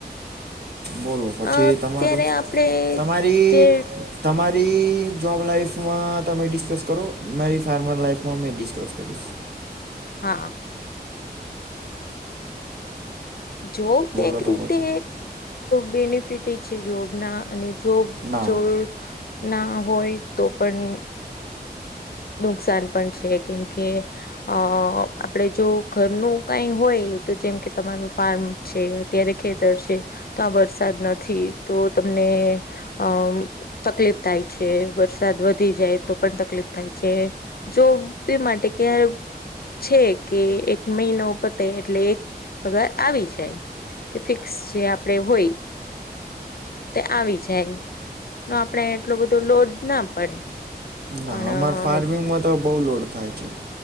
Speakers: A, on the right (about 75°); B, on the left (about 65°).
A: બોલો, પછી
B: અત્યારે
A: તમારું
B: આપણે
A: તમારી
B: જે
A: તમારી જોબ લાાઈફમાં તમે ડિસ્કસ કરો, મારી ફાર્મર લાઈફમાં મેં ડિસ્કસ કરીશ.
B: હા. જોબ
A: બોલો
B: એક
A: તો
B: રીતે
A: પછી
B: બેનિફિટ છે, જોબના અને જો
A: ના
B: જોર ના હોય, તો પણ. નુકસાન પણ છે, કેમ કે અ આપડે જો ઘરનું કઈ હોય, તો જેમ કે તમારું ફાર્મ છે, અત્યારે ખેતર છે, તો આ વરસાદ નથી, તો તમને આમ તકલીફ થાય છે, વરસાદ વધી જાય તો, પણ તકલીફ થાય છે. જો એ માટે કે છે કે, એક મહિનો પતે, એટલે એક પગાર આવી જાય કે, ફિક્સ જે આપડે હોય. તે આવી જાય, તો આપણે એટલો બધું લોડ ના પડે.
A: ના
B: પણ
A: અમાર ફાર્મિંગમાં તો બહુ લોડ થાય છે,